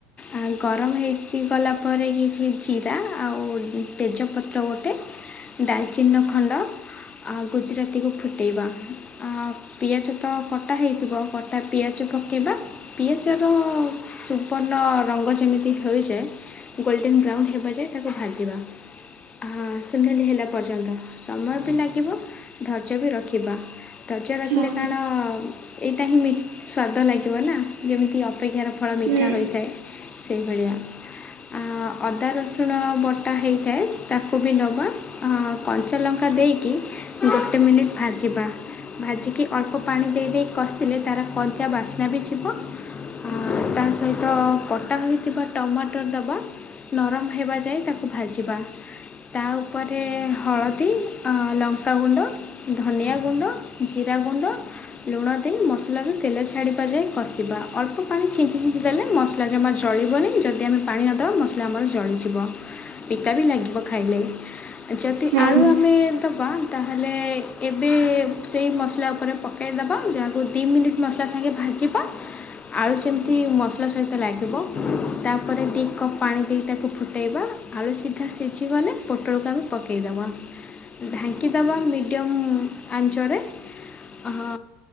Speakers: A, on the left; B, on the right.
A: ଆଁ ଗରମ ହେଇଗଲା ପରେ କିଛି ଜିରା ଆଉ ତେଜପତ୍ର ଗୋଟେ ଡାଲଚିନ ଖଣ୍ଡ ଆଁ ଗୁଜୁରାତିକୁ ଫୁଟେଇବା, ଆଁ ପିଆଜ ତ କଟା ହେଇଥିବ କଟା ପିଆଜ ପକେଇବା, ପିଆଜର ସୁବର୍ଣ୍ଣ ରଙ୍ଗ ଯେମିତି ହୋଇଯାଏ ଗୋଲ୍ଡେନ୍ ବ୍ରାଉନ୍ ହେବା ଯାଏ ତାକୁ ଭାଜିବା, ହାଁ ସୁନେଲି ହେଲା ପର୍ଯ୍ୟନ୍ତ। ସମୟ ବି ଲାଗିବ ଧୈର୍ଯ୍ୟ ବି ରଖିବା, ଧୈର୍ଯ୍ୟ ରଖିଲେ
B: ହଁ।
A: କାରଣ ଏଇ ଏଟା ହିଁ ସ୍ୱାଦ ଲାଗିବ ନା, ଯେମିତି ଅପେକ୍ଷାର ଫଳ ମିଠା
B: ହୁଁ
A: ହୋଇଥାଏ। ସେଇଭଳିଆ। ଆଁ ଅଦା ରସୁଣ ବଟା ହେଇଥାଏ ତାକୁ ବି ନବା ଆଁ କଞ୍ଚା ଲଙ୍କା ଦେଇକି ଗୋଟେ ମିନିଟ୍ ଭାଜିବା। ଭାଜିକି ଅଳ୍ପ ପାଣି ଦେଇ ଦେଇ କଷିଲେ ତାର କଞ୍ଚା ବାସ୍ନା ବି ଯିବ ଆଁ ତା ସହିତ କଟା ହୋଇଥିବା ଟମାଟର ଦବା। ନରମ ହେବା ଯାଏ ତାକୁ ଭାଜିବା, ତା ଉପରେ ହଳଦୀ ଆଁ ଲଙ୍କାଗୁଣ୍ଡ, ଧନିଆ ଗୁଣ୍ଡ, ଜିରା ଗୁଣ୍ଡ ଲୁଣ ଦେଇ ମସଲାରୁ ତେଲ ଛାଡ଼ିବା ଯାଏ କଷିବା ଅଳ୍ପ ପାଣି ଛିଞ୍ଚି ଛିଞ୍ଚି ଦେଲେ ମସଲା ଜମା ଜ ଜଳିବନି ଯଦି ଆମେ ପାଣି ନ ଦବା ମସଲା ଆମର ଜଳିଯିବ ପିତା ବି ଲାଗିବ ଖାଇଲେ। ଯଦି
B: ହଁ
A: ଆଳୁ ଆମେ ଦବା ତାହେଲେ ଏବେ ସେଇ ମସଲା ଉପରେ ପକେଇ ଦବା ଯାହାକୁ ଦି ମିନିଟ୍ ମସ୍ ଲା ସଙ୍ଗେ ଭାଜିବା। ଆଳୁ ସେମିତି ମସଲା ସହିତ ଲାଗିବ ତାପରେ ଦି କପ୍ ପାଣି ଦେଇ ତାକୁ ଫୁଟେଇବା। ଆଳୁ ସିଧା ସିଝିଗଲେ ପୋଟଳକୁ ଆମେ ପକେଇଦବା। ଢାଙ୍କିଦବା ମିଡ଼ିଅମ୍ ଆଞ୍ଚରେ। ହଁ